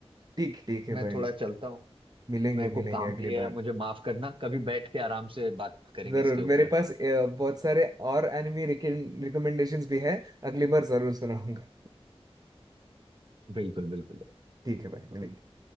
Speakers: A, on the right; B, on the right.
A: ठीक ठीक
B: मैं
A: है भाई
B: थोड़ा चलता हूँ
A: मिलेंगे
B: मेरे को
A: मिलेंगे
B: काम
A: अगली
B: भी है
A: बार
B: मुझे माफ करना कभी बैठ के आराम से बात करेंगे
A: जरूर
B: इसके ऊपर
A: मेरे पास अ, बहुत सारे और एनिमी रिकमेंडेशंस भी है अगली बार जरूर सुनाऊंगा
B: बिल्कुल बिल्कुल
A: ठीक है भाई मिलेंगे